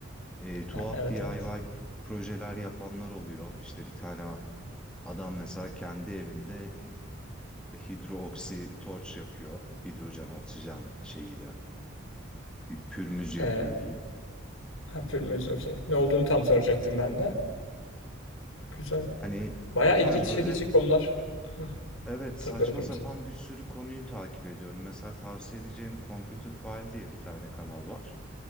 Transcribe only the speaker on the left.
Ha, evet
evet.
Ee,
ha, pürmüz okey. Ne olduğunu tam soracaktım ben de. Güzel.
Bayağı
ilgi çekici
konular. Hı,
tabii bölmeyeyim
seni.